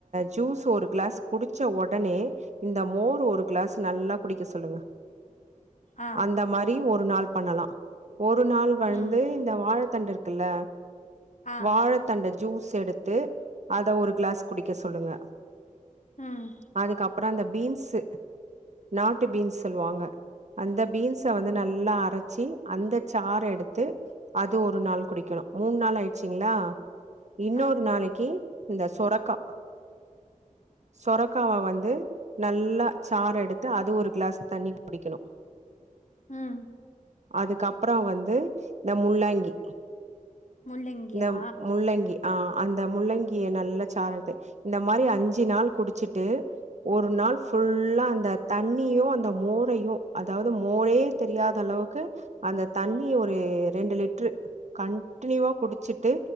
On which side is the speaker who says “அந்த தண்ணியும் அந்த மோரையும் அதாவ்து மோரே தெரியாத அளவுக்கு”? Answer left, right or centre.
Right